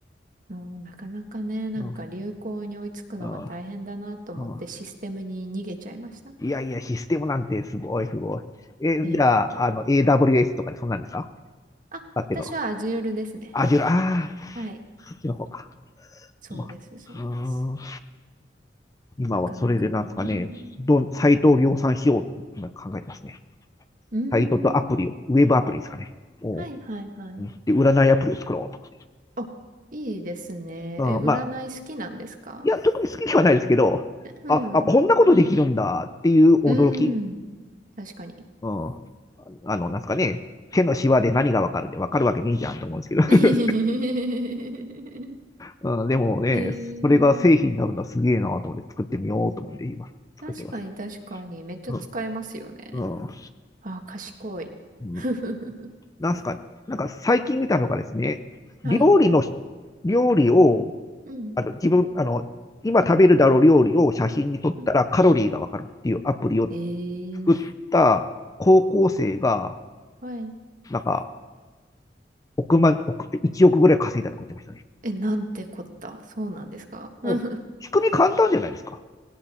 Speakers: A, on the right; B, on the left.
A: うんなかなかね、なんか流行に追いつくのが大変だなと思ってシステムに逃げちゃいました。
B: うん、うん、うん。いやいや、システムなんてすごい、すごい。え、
A: いえいえ。
B: じゃあ、あの、AWS とかでそんなんですか
A: あ、
B: だっていうのは。
A: 私は Azure ですね。
B: Azure、ジュラああ、
A: はい。
B: そっちの方か。
A: そうです、
B: まあうーん
A: そうです。
B: 今はそれでなんですかね、
A: なかなかね。
B: どん、サイトを量産しようと今考えてますね。
A: うーん。
B: サイトとアプリを、ウェブアプリですかね。おう
A: はいはいはい。
B: うんで、占いアプリを作ろうとか。
A: あ、いいですね。
B: うん、
A: え、占い好きなんですか
B: まあ、いや、特に好きではないですけど、
A: <laughs> うん。
B: あ、あ、こんなことできるんだっていう驚き。
A: うーん。確かに。
B: うん。あの、なんすかね、手のシワで何がわかるってわかるわけねえじゃんと思うんですけど。
A: <laughs>
B: <laughs> うん、でもね、
A: えー、
B: それが製品になるのはすげえなと思って作ってみようと思って今作ってます。
A: 確かに確かに。めっちゃ使えますよね。
B: うん。う
A: あ、賢い。
B: ん。
A: <laughs>
B: なんすか、なんか最近見たのがですね、
A: はい。
B: 料理の、料理を、
A: うん。
B: あの自分、あの、今食べるだろう料理を写真に撮ったらカロリーがわかるっていうアプリを
A: うん。え
B: 作った高校生が、
A: ー、はい。
B: なんか、億万、億、1億ぐらい稼いだとか言ってましたね。
A: え、なんてこった。そうなんですか <laughs> あ
B: うん仕組み簡単じゃないですか。